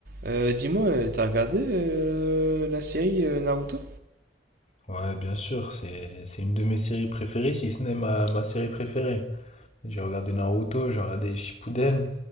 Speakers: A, on the right; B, on the left.
A: Euh, dis-moi, euh, t'as regardé euh, la série euh, Naruto?
B: Ouais, bien sûr, c'est c'est une de mes séries préférées, si ce n'est ma, ma série préférée. J'ai regardé Naruto, j'ai regardé Shippuden,